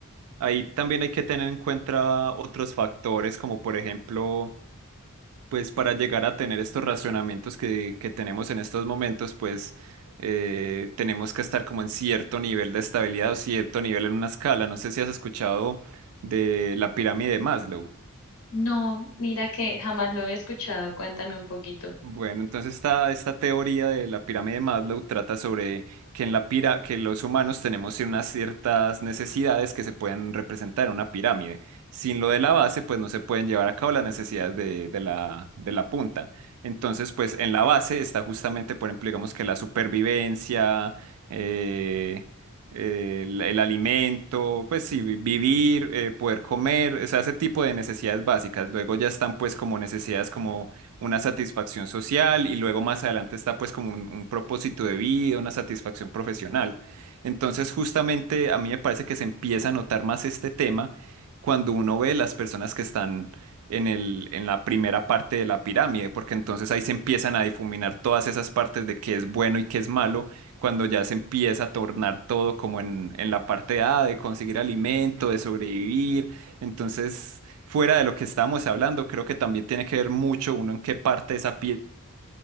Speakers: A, on the right (about 80°); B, on the left (about 75°).
A: Ahí también hay que tener en cuenta otros factores, como por ejemplo, pues para llegar a tener estos racionamientos que, que tenemos en estos momentos, pues eh, tenemos que estar como en cierto nivel de estabilidad o cierto nivel en una escala. No sé si has escuchado de la pirámide de Maslow.
B: No, mira que jamás lo he escuchado. Cuéntame un poquito.
A: Bueno, entonces esta, esta teoría de la pirámide de Maslow trata sobre que en la pira, que los humanos tenemos unas ciertas necesidades que se pueden representar en una pirámide. Sin lo de la base, pues no se pueden llevar a cabo las necesidades de, de la, de la punta. Entonces, pues en la base está justamente, por ejemplo, digamos que la supervivencia, eh, eh, el, el alimento, pues sí, vi- vivir, eh, poder comer, o sea, ese tipo de necesidades básicas. Luego ya están pues como necesidades como una satisfacción social y luego más adelante está pues como un, un propósito de vida, una satisfacción profesional. Entonces justamente a mí me parece que se empieza a notar más este tema cuando uno ve las personas que están en el, en la primera parte de la pirámide, porque entonces ahí se empiezan a difuminar todas esas partes de qué es bueno y qué es malo, cuando ya se empieza a tornar todo como en, en la parte A, de conseguir alimento, de sobrevivir. Entonces fuera de lo que estábamos hablando, creo que también tiene que ver mucho uno en qué parte de esa